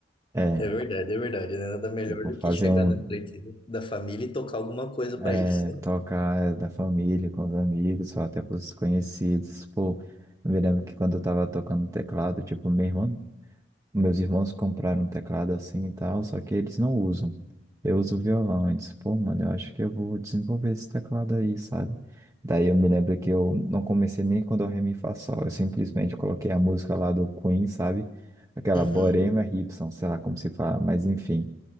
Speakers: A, on the right; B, on the left.
A: é,
B: É verdade, é verdade, né? Nada melhor
A: eu vou
B: do
A: fazer
B: que chegar
A: um.
B: na frente da família e tocar alguma coisa pra
A: É,
B: eles.
A: tocar da família, com os amigos, ou até pros conhecidos. Pô, eu me lembro que quando eu tava tocando teclado, tipo, meu irmão, meus irmãos compraram um teclado assim e tal, só que eles não usam. Eu uso violão. Eu disse, pô, mano, eu acho que eu vou desenvolver esse teclado aí, sabe? Daí eu me lembro que eu não comecei nem com Dó, Ré, Mi, Fá, Sol. Eu simplesmente coloquei a música lá do Queen, sabe? Aquela
B: Uhum.
A: Borema Ripson, sei lá como se fala, mas enfim.